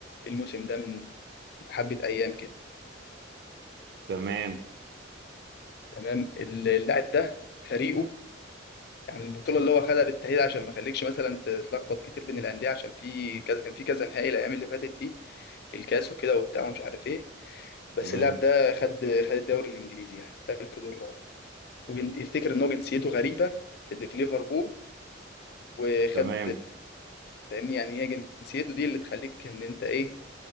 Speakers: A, on the left; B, on the right.
A: الموسم ده من حبه ايام كده
B: تمام
A: تمام اللاعب ده فريقه يعني البطوله اللي هو خدها بالتاهيل عشان ما يخليكش مثلا تتلخبط كتير بين الانديه عشان في كذا كان في كذا نهائي الايام اللي فاتت دي الكاس وكده وبتاع ومش عارف ايه بس
B: تمام
A: اللاعب ده خد خد الدوري الانجليزي يعني ده الكيلو الرابع ويفتكر ان هو جنسيته غريبه في في ليفربول وخد
B: تمام
A: فاهمني يعني هي جنسيته دي اللي تخليك ان انت ايه